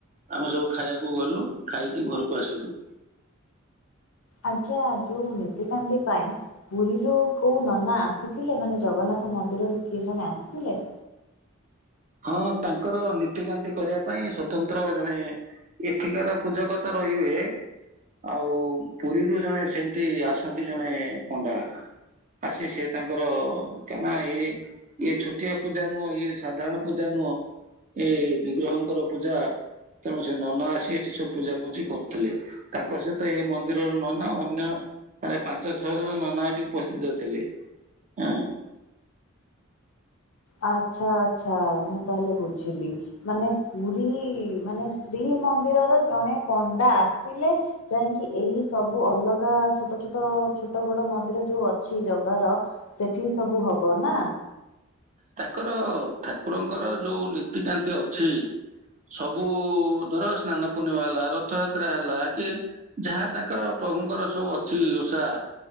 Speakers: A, on the right; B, on the left.
A: ଆମେ ସବୁ ଖାଇବାକୁ ଗଲୁ ଖାଇକି ଘରକୁ ଆସିଲୁ।
B: ଆଚ୍ଛା ଯୋଉ ନୀତିକାନ୍ତି ପାଇଁ ପୁରୀରୁ କୋଉ ନନା ଆସିଥିଲେ ମାନେ ଜଗନ୍ନାଥ। ନାଥ ମନ୍ଦିରରୁ କିଏ ଜଣେ ଆସିଥିଲେ।
A: ହଁ ତାଙ୍କର ନୀତିକାନ୍ତି କରିବା ପାଇଁ ସ୍ଵତନ୍ତ୍ର ଜଣେ। ଏଠିକାର ପୂଜକ ତ ରହିବେ। ଆଉ ପୁରୀରୁ ଜଣେ ସେମିତି ଆସନ୍ତି ଜଣେ ପଣ୍ଡା। ଆସି ସିଏ ତାଙ୍କର କାହିଁ ନା ଏଇ ଇଏ ଛୋଟିଆ ପୂଜା ନୁହଁ ଇଏ ସାଧାରଣ। ପୂଜା ନୁହଁ ଏ ବିଗ୍ରହଙ୍କର ପୂଜା। ତେଣୁ ସେ ନନା ଆସି ଏଠି ସବୁ ପୂଜାପୂଜି କରୁଥିଲେ। ତାଙ୍କ ସହିତ ଏ ମନ୍ଦିରର ନନା ଅନ୍ୟ। ମାନେ ପାଞ୍ଚ ଛଅ ଜଣ ନନା ଏଠି ଉପସ୍ଥିତ ଥିଲେ ହେଁ।
B: ଆଚ୍ଛା ଆଚ୍ଛା ମୁଁ ତାହେଲେ ବୁଝିଲି। ମାନେ ପୁରୀ ମାନେ ଶ୍ରୀମନ୍ଦିରର ଜଣେ ପଣ୍ଡା ଆସିଲେ। ଯାଇଁକି ଏଇ ସବୁ ଅଲଗା ଛୋଟ ଛୋଟ ଛୋଟ ବଡ ମନ୍ଦିର ଯୋଉ ଅଛି ଜଗାର। ସେଠି ସବୁ ହବ ନା।
A: ତାଙ୍କର ଠାକୁରଙ୍କର ଯୋଉ ନୀତିକାନ୍ତି ଅଛି। ସବୁ ଧର ସ୍ନାନ ପୂର୍ଣ୍ଣିମା ହେଲା ରଥଯାତ୍ରା ହେଲା କି ଯାହା ତାଙ୍କର ପ୍ରଭୁଙ୍କର ସବୁ ଅଛି ଓଷା।